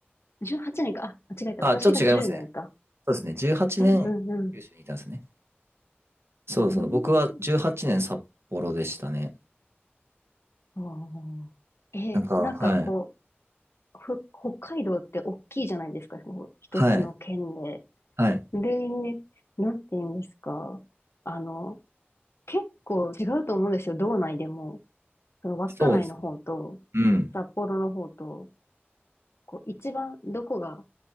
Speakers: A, on the left; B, on the right.
A: 18年か。あ、間違えた。
B: あ、
A: 私が10年か。
B: ちょっと違いますね。そうですね。18年、
A: うんうん
B: 九州にいたんですね。そうそう。
A: うーん。
B: 僕は18年札幌でしたね。
A: ああ。え、
B: なんか、
A: なんかこ
B: はい。
A: う、ふ、北海道って大きいじゃないですか、こう一つの県で。
B: はい。はい。
A: で、なんて言うんですか。あの、結構違うと思うんですよ、道内でも。その稚内の方と、
B: そうですね。うん。
A: 札幌の方と、こう、一番どこが、